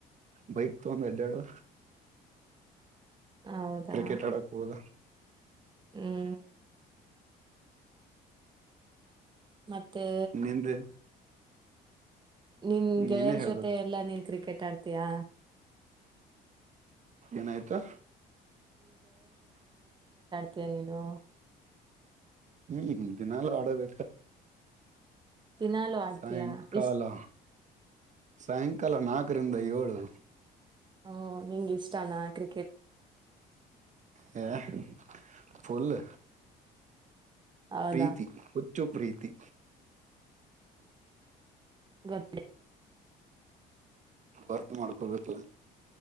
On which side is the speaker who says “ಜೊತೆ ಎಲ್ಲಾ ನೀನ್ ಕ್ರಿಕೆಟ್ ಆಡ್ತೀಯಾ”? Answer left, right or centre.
Right